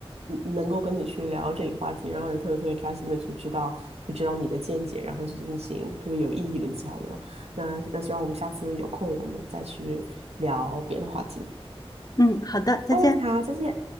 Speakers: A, on the right (about 85°); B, on the left (about 40°).
A: 嗯能够跟你去聊这个话题，然后也特别特别开心的去知道去知道你的见解，然后去进行特别有意义的交流。那那希望我们下次有空，我们再去聊别的话题。
B: 嗯，好的，再见。
A: 嗯，好，再见。